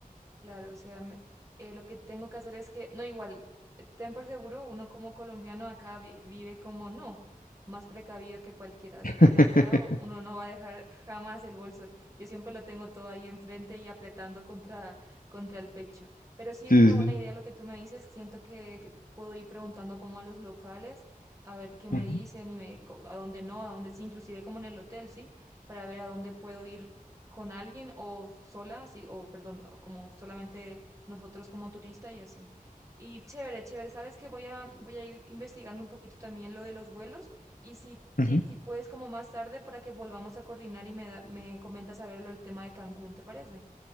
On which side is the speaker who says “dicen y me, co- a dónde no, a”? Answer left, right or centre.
Right